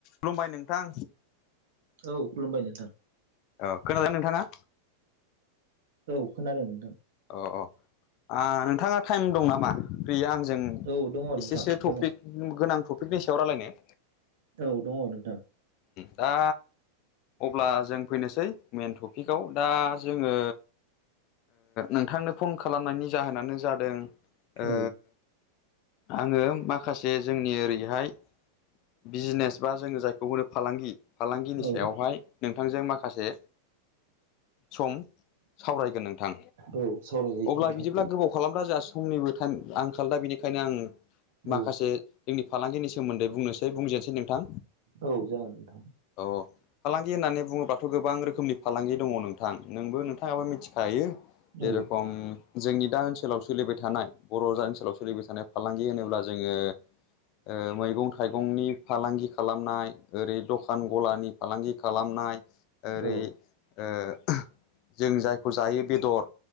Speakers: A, on the left; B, on the right.
A: खुुमबाय नोंथां
B: औ खुलुमबाय नोंथां
A: औ खोनादों नोंथाङा
B: औ खोनादों नोंथां
A: अ अ नोंथाङा टाइम दं नामा फ्रिया आंजों
B: औ दङ नोंथां
A: एसेसो टपिक
B: दङ औ
A: गोनां टपिकनि सायाव रायलायनो
B: औ दङ नोंथां
A: दा अब्ला जों फैनोसै मेन टपिकआव दा जोङो नोंथांनो फन खालामनायनि जाहोनानो जादों ओ
B: औ
A: आङो माखासे जोंनि ओरैहाय बिजिनेस बा जोङो जायखौ होनो फालांगि फालांगिनि
B: औ
A: सायावहाय नोंथांजों माखासे सम सावरायगोन नोंथां
B: औ सावरायजायो
A: अब्ला
B: नोंथां
A: बिदिब्ला गोबाव खालामद जोंहा समनिबो टाइम आंखाल दा बेनिखायनो आङो
B: औ
A: माखासे जोंनि फालांगिनि सोमोन्दै बुंनोसै बुंजेनसै नोंथां
B: औ जागोन नोंथां
A: औ फालांगि होननानै बुङोबाथ' गोबां रोखोमनि फालांगि दङ नोंथां नोंबो थाङाबो मिथिखायो जेरखम
B: औ
A: जोंनि दा ओनसोलाव सोलिबाय थानाय बर' जा ओनसोलाव सोलिबाय थानाय फालांगि होनोब्ला जोङो ओ मैगं थाइगंनि फालांगि खालामनाय ओरै दखान गलानि। फालांगि खालामनाय ओरै
B: औ
A: ओ। जों जायखौ जायो बेदर